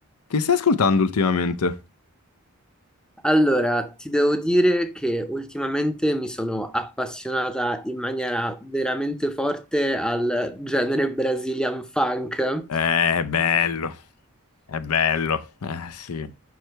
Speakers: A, on the left; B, in the centre.
A: Che stai ascoltando ultimamente?
B: Allora, ti devo dire che ultimamente mi sono appassionata in maniera veramente forte al genere Brazilian funk.
A: Eh, è bello, è bello, eh sì.